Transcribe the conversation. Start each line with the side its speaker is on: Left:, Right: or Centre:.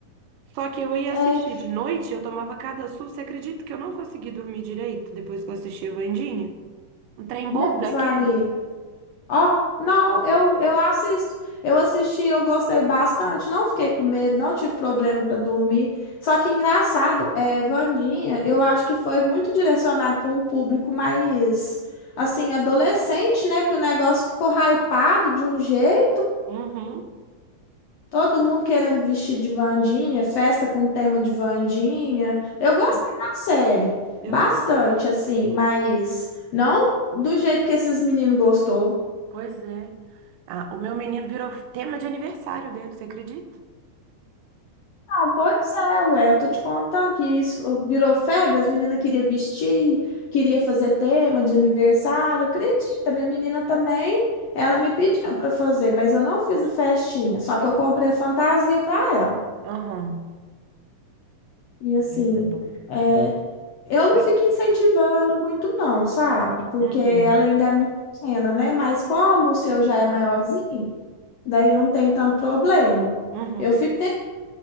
Right: Só que eu ia
Left: É
Right: assistir de noite, eu tomava cada susto. Você acredita que eu não consegui dormir direito depois que eu assisti a Wandinha? Um trem
Left: mesmo,
Right: bobo daquele?
Left: amigo. Ó, não, eu, eu assisto. Eu assisti, eu gostei bastante. Não fiquei com medo, não tive problema para dormir. Só que engraçado, é, Wandinha, eu acho que foi muito direcionado para um público mais, assim, adolescente, né? Que o negócio ficou hypado de um jeito.
Right: Uhum.
Left: Todo mundo querendo vestir de Wandinha, festa com tema de Wandinha. Eu gostei
Right: É,
Left: da série,
Right: Eu
Left: bastante,
Right: também.
Left: assim, mas não do jeito que esses meninos gostou.
Right: Pois é. Ah, o meu menino virou tema de aniversário dele, você acredita?
Left: Não, pois é, ué, eu tô te contando que isso virou febre, as meninas queriam vestir, queria fazer tema de aniversário, acredita, minha menina também, ela me pediu para fazer, mas eu não fiz a festinha, só que eu comprei a fantasia para ela.
Right: Aham.
Left: E assim,
Right: Ai, tá bom.
Left: é, eu não
Right: Ai.
Left: fico incentivando muito não, sabe? Porque
Right: Uhum.
Left: ela ainda é muito pequena, né? Mas como o seu já é maiorzinho, daí não tem tanto problema.
Right: Uhum.
Left: Eu fico